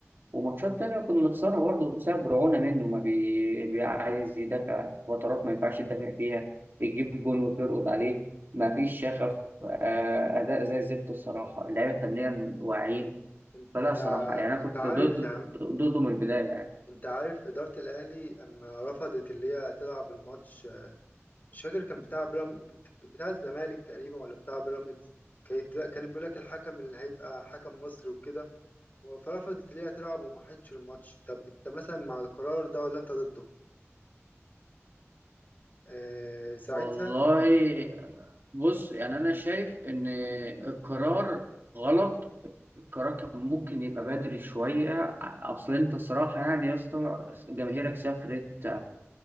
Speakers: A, on the right (about 45°); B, on the left (about 40°).
A: وماتشات تانية كنا بنخسرها برضه بسبب رعونة منه ما بي... بيعايز يدافع فترات ما ينفعش يدافع فيها بيجيب جون وترقد عليه ما فيش شغف آه، أداء زي الزفت الصراحة اللعيبة فنيا واعيين
B: انت
A: فلا صراحة يعني أنا
B: انت
A: كنت
B: عارف
A: ضد
B: يا عم
A: ضده من البداية يعني
B: انت عارف إدارة الأهلي أما رفضت اللي هي تلعب الماتش مش فاكر كان بتاع بيرام كان بتاع الزمالك تقريبا ولا بتاع بيراميدز كانت كان بيقول لك الحكم اللي هيبقى حكم مصري وكده فرفضت اللي هي تلعب وما حدش الماتش طب انت مثلا مع القرار ده ولا انت ضده؟ آه ساعتها
A: والله بص يعني أنا شايف إن القرار غلط القرار كان ممكن يبقى بدري شوية أصل أنت صراحة يعني يا اسطى جماهيرك سافرت